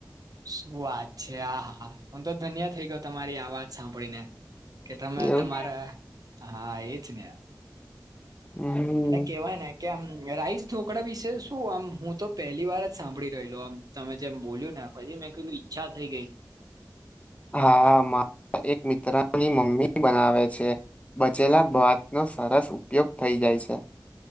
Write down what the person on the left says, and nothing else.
એવું
હમ.
હા મારા એક મિત્રા ની મમ્મી. બનાવે છે. બચેલા ભાત નો સરસ ઉપયોગ થઈ જાય છે.